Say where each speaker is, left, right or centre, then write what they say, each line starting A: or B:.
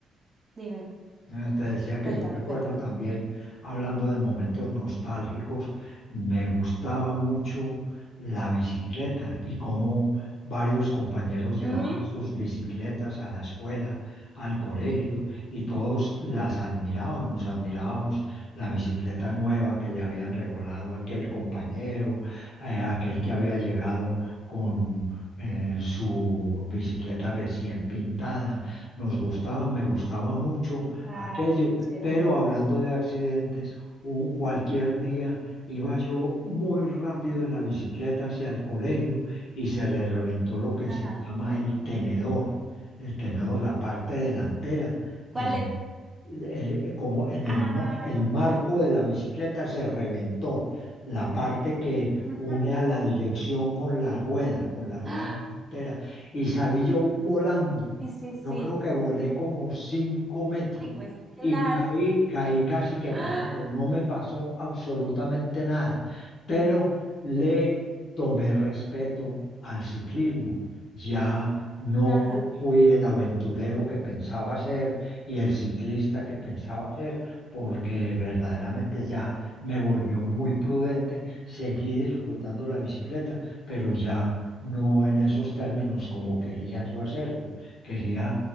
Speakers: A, on the right; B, on the left.
A: Dime,
B: Eh, Te decía que
A: cuéntame,
B: yo recuerdo
A: cuéntame.
B: también, hablando de momentos nostálgicos, me gustaba mucho la bicicleta y cómo varios compañeros llevaban
A: ¿Mm?
B: sus bicicletas a la escuela, al colegio, y todos las admirábamos, admirábamos la bicicleta nueva que le habían regalado a aquel compañero, eh, aquel que había llegado con... eh, su bicicleta recién pintada, nos gustaba, me gustaba mucho
A: Ay,
B: aquello.
A: qué chévere.
B: Pero hablando de accidentes, u- cualquier día iba yo muy rápido en la bicicleta hacia el colegio y se le reventó lo que
A: Ajá.
B: se llama el tenedor, el tenedor, la parte delantera de
A: ¿Cuál
B: la-
A: es?
B: el- eh, como en el,
A: Ay.
B: ma- el marco de la bicicleta se reventó la parte que
A: Ujú.
B: une a la dirección con la rueda, con la rueda
A: <laughs>
B: entera,
A: <gasps>
B: y salí yo volando.
A: Sí, sí, sí.
B: Yo creo que volé como cinco metros
A: Ay, pues claro.
B: y caí, caí casi que
A: ¡Ah!
B: pagado. No me pasó absolutamente nada, pero le tomé respeto al ciclismo. Ya no
A: Ajá.
B: fui el aventurero que pensaba ser y el ciclista que pensaba ser, porque verdaderamente ya me volvió muy prudente. Seguí disfrutando la bicicleta, pero ya no en esos términos como quería yo hacerlo. Quería